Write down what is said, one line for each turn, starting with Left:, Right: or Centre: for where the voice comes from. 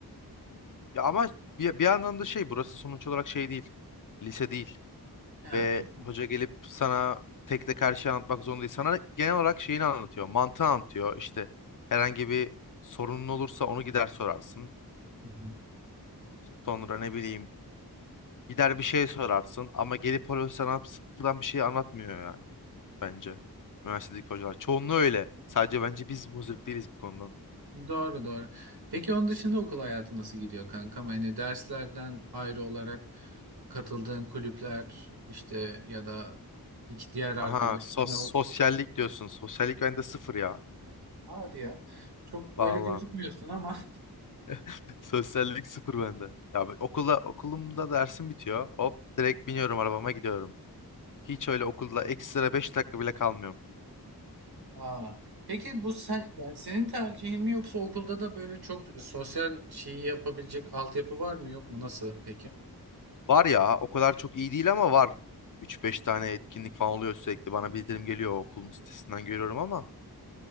Left: Ya ama bir, bir yandan da şey burası sonuç olarak şey değil. Lise değil.
Right: Evet,
Left: ve
Right: tamam.
Left: hoca gelip sana tek tek her şeyi anlatmak zorunda değil. Sana genel olarak şeyini anlatıyor, mantığı anlatıyor. İşte herhangi bir sorunun olursa onu gider sorarsın.
Right: Hı hı.
Left: Sonra ne bileyim gider bir şey sorarsın ama gelip hoca sana sıfırdan bir şey anlatmıyor yani bence. Üniversitedeki hocalar. Çoğunluğu öyle. Sadece bence biz muzdarip değiliz bu konudan.
Right: Doğru doğru. Peki onun dışında okul hayatı nasıl gidiyor kankam? Hani derslerden ayrı olarak katıldığın kulüpler işte ya da iki diğer arkadaşlarınla
Left: Aha sos sosyallik diyorsun. Sosyallik bende sıfır ya.
Right: Hadi ya. Çok böyle
Left: Valla.
Right: gözükmüyorsun ama.
Left: <laughs> Sosyallik sıfır bende. Ya ben okula, okulumda dersim bitiyor. Hop direkt biniyorum arabama gidiyorum. Hiç öyle okulda ekstra 5 dakika bile kalmıyorum.
Right: Aa. Peki bu sen yani senin tercihin mi yoksa okulda da böyle çok sosyal şeyi yapabilecek altyapı var mı yok mu nasıl peki?
Left: Var ya o kadar çok iyi değil ama var. Üç beş tane etkinlik falan oluyor sürekli. Bana bildirim geliyor o okulun sitesinden görüyorum ama